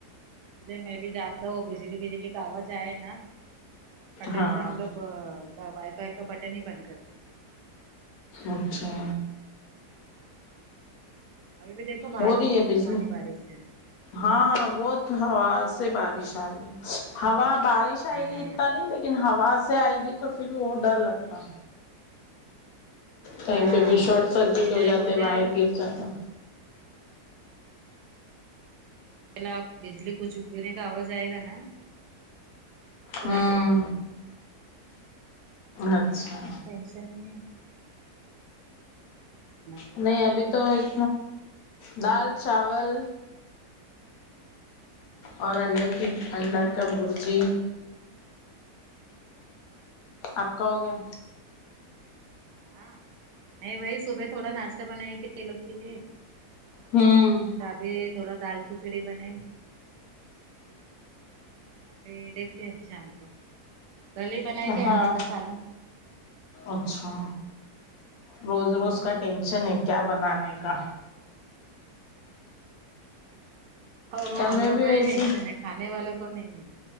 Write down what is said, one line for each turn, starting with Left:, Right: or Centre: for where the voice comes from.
Right: اسلئے میں بھی زیادہ وہ بجلی بجلی کا آواز آئے نا کٹخ
Left: ہاں
Right: سے ہم لوگ وائی پائی کا بٹن ہی بند کرتے ہیں
Left: اچھا
Right: ابھی بھی دیکھو باہر
Left: ہو رہی
Right: کتنا
Left: ہے ابھی
Right: طوفانی
Left: سے
Right: بارش ہے
Left: ہاں بہت ہوا سے بارش آ رہی ہوا بارش آئے
Right: ہاں
Left: گی اتنا نہیں لیکن لیکن ہوا سے آئے گی تو پھر وہ ڈر لگتا کہیں
Right: ہاں
Left: پہ بھی شارٹ سرکٹ
Right: اس کے لیے
Left: ہو جاتا
Right: بولتے
Left: ہے وائر گر جاتا ہے
Right: پھر آپ بجلی کچھ گرے گا آواز آئے گا نا تو
Left: ہاں
Right: وائی فائی بند کرو
Left: اچھا
Right: ٹینشن نہیں <unintelligible>
Left: نہیں ابھی تو ایک دال چاول
Right: ہاں
Left: اور انڈے کی انڈا کا برجی
Right: اچھا
Left: آپ کا ہو گیا
Right: ہاں نہیں بھاںی صبح تھوڑا ناشتہ بنائی تھی یہ لوگ کے لیے
Left: ہمم
Right: پھر ابھی یہ تھوڑا دال کھچڑی بنائی ارے دیکھتے ہیں شام کو کل ہی بنائی تھی
Left: ہاں
Right: انڈے کا سالن
Left: اچھا روز
Right: ہاں
Left: روز کا ٹینشن ہے کیا بنانے کا
Right: اور وہ
Left: کل
Right: ہم
Left: میں
Right: لوگ
Left: بھی
Right: کا
Left: ویسے
Right: ہی ٹینشن ہے کھانے والے کو نہیں ہے